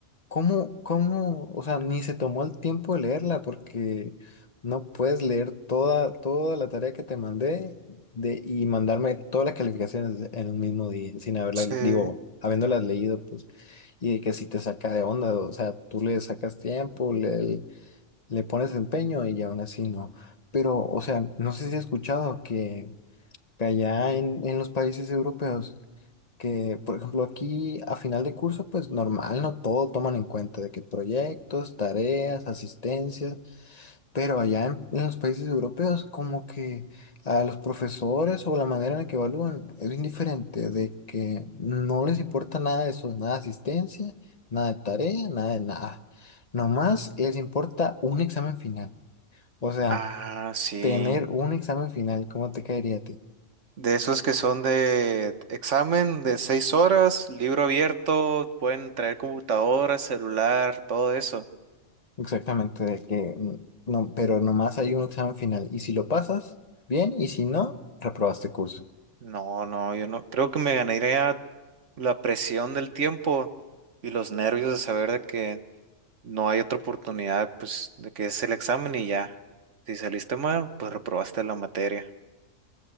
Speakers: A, on the left (about 35°); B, on the right (about 65°).
A: ¿cómo, cómo? O sea, ni se tomó el tiempo de leerla porque no puedes leer toda, toda la tarea que te mandé de, y mandarme todas las calificaciones en un mismo día, sin haberlas,
B: Sí,
A: digo, habiéndolas leído, pues, y de que si te saca de onda, o sea, tú le sacas tiempo, le, le pones empeño y aún así no. Pero, o sea, no sé si has escuchado que, que allá en, en los países europeos, que, por ejemplo, aquí a final de curso, pues normal, no todo toman en cuenta de que proyectos, tareas, asistencias. Pero allá en, en los países europeos, como que a los profesores o la manera en la que evalúan es bien diferente, de que no les importa nada de eso, nada de asistencia, nada de tarea, nada de nada. Nomás les importa un examen final. O sea,
B: Ah, sí.
A: tener un examen final, ¿cómo te caería a ti?
B: De esos que son de examen de 6 horas, libro abierto, pueden traer computadora, celular, todo eso.
A: Exactamente, de que mm, no, pero nomás hay un examen final. Y si lo pasas, bien, y si no, reprobaste curso.
B: No, no, yo no. Creo que me ganaría la presión del tiempo y los nervios de saber de que no hay otra oportunidad, pues, de que es el examen y ya. Si saliste mal, pues reprobaste la materia.